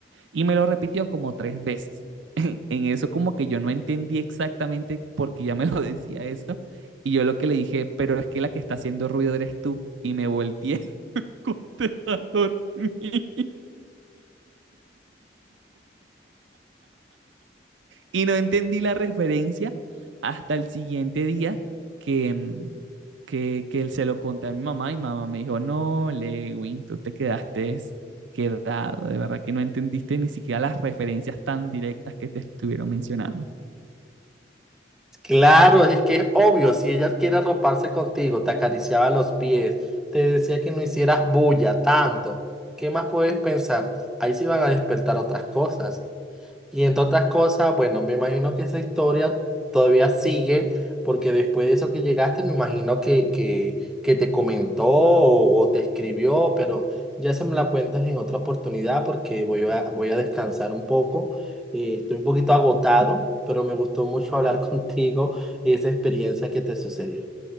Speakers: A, on the right; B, in the centre.
A: Y me lo repitió como tres veces. <laughs> En en eso como que yo no entendí exactamente por qué ya me <laughs> lo decía eso. Y yo lo que le dije, pero es que la que está haciendo ruido eres tú. Y me volteé <laughs> acosté dormir. Y no entendí la referencia hasta el siguiente día que, mm, que, que él se lo conté a mi mamá y mi mamá me dijo, no, Lewin, tú te quedaste quedado, de verdad que no entendiste ni siquiera las referencias tan directas que te estuvieron mencionando.
B: Claro, es que es obvio, si ella quiere roparse contigo, te acariciaba los pies, te decía que no hicieras bulla tanto, ¿qué más puedes pensar? Ahí sí van a despertar otras cosas. Y entre otras cosas, bueno, me imagino que esa historia todavía sigue, porque después de eso que llegaste, me imagino que, que, que te comentó o, o te escribió, pero ya se me la cuentas en otra oportunidad porque voy a, voy a descansar un poco. Eh, estoy un poquito agotado, pero me gustó mucho hablar <laughs> contigo y esa experiencia que te sucedió.